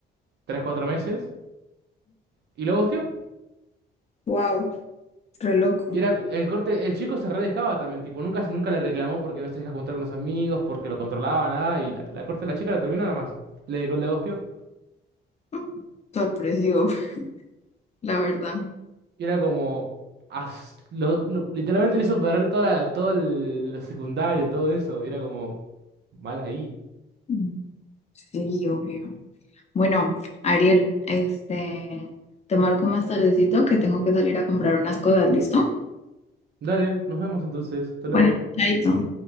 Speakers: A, on the right (about 60°); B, on the left (about 35°).
A: tres cuatro meses y lo hostió.
B: Wow, re loco.
A: Y era el corte, el chico se redejaba también, tipo, nunca, nunca le reclamó porque no se deja juntar con los amigos, porque lo controlaba, nada, y la, la corte, la chica la terminó nada más. Le, le ghosteó.
B: Mm, Sorpresivo, <laughs> la verdad.
A: Y era como. as- lo- lo- literalmente le hizo perder toda la, todo el, la secundaria, todo eso. Y era como. Mal ahí.
B: Mm. Sí, obvio. Bueno, Ariel, este, te marco más tardecito que tengo que salir a comprar unas cosas, ¿listo?
A: Dale, nos vemos entonces. Hasta
B: Bueno,
A: luego.
B: chaito.